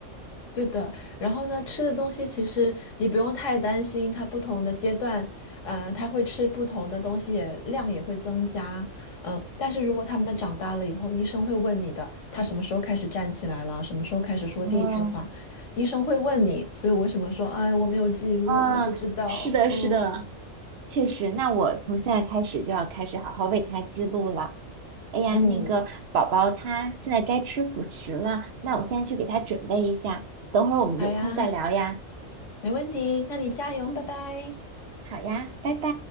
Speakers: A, on the left; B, on the right.
A: 对的，然后呢，吃的东西其实你不用太担心，它不同的阶段，呃，它会吃不同的东西也，量也会增加，嗯、但是如果他们长大了以后，医生会问你的，他什么时候开始站起来了，什么时候开始说第一句话，
B: 哦，
A: 医生会问你，所以我为什么说，哎，我没有记录，
B: 啊，
A: 我不知道，
B: 是的，
A: 嗯
B: 是的，确实。那我从现在开始就要开始好好为他记录了。哎呀，
A: 嗯，
B: 那个宝宝他现在该吃辅食了，那我现在去给他准备一下，等会儿我们有空再聊呀。
A: 好呀，没问题，那你加油，
B: 嗯，
A: 拜拜。
B: 好呀，拜拜。